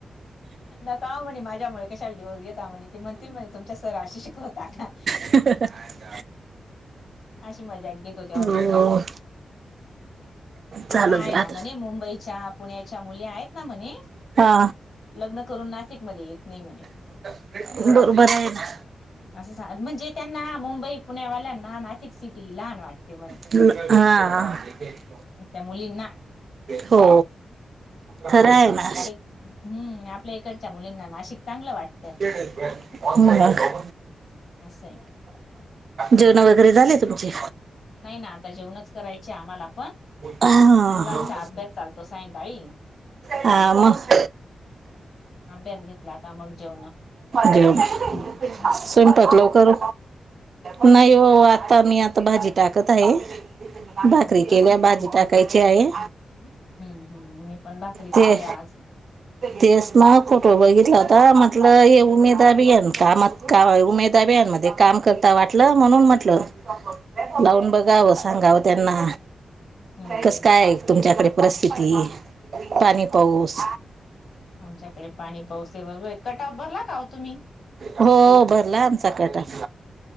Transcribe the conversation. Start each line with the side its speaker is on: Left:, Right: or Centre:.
Left: नका ओ म्हणे, माझ्यामुळे कशाला डिवोर्स घेता म्हणे ते म्हणतील म्हणे तुमचे सर असे शिकवता का?
Right: हं ह हा हा
Left: अशी मजाक घेत होते, ऑफिसला.
Right: हो चालूच
Left: आता आहे
Right: राहत
Left: ना म्हणे. मुंबईच्या, पुण्याच्या मुली आहेत ना म्हणे
Right: हा.
Left: लग्न करून नाशिकमध्ये, येत नाही म्हणे.
Right: मग काय, फ्रेश बरोबर आहे ना.
Left: असं सांग म्हणजे त्यांना मुंबई -पुण्यावाल्यांना, नाशिक सिटी लहान वाटते म्हणे.
Right: <inaudible> हां
Left: त्या मुलींना
Right: हो. खरं आहे ना.
Left: हम्म्, आपल्या इकडच्या मुलींना नाशिक चांगलं वाटतं.
Right: <unintelligible> हम्म्, <unintelligible>
Left: असं आहे.
Right: जेवणं वगैरे, झाले तुमचे?
Left: नाही ना, आता जेवणंच करायचे आम्हाला पण.
Right: हा
Left: मुलांचा अभ्यास चालत तस हायना ताई,
Right: हा
Left: येता.
Right: मग
Left: अभ्यास घेतला आता, मग जेवणं.
Right: जेवलो.
Left: जेवण.
Right: स्वयंपाक लवकर नाही हो आता, मी आता भाजी टाकत आहे. भाकरी
Left: हो, का?
Right: केल्या
Left: <unintelligible>
Right: भाजी टाकायची
Left: हम्म्..
Right: आहे
Left: हम. मी पण भाकरीच
Right: ते
Left: केल्या आज.
Right: तेच ना फोटो बघितला होता म्हटलं, हे उमेद अभियाना कामात. का उमेद अभियानमध्ये काम करता वाटलं, म्हणून म्हंटलं. लावून बघावं, सांगावं त्यांना.
Left: हम्म
Right: कसं कायं तुमच्याकडे परिस्थिती,
Left: हम्म
Right: ऊन, पाणी-पाऊस?
Left: आमच्याकडे पाणी पाऊस <unintelligible> कट ऑफ भरला का हो तुम्ही?
Right: हो, भरला आमचा कट ऑफ.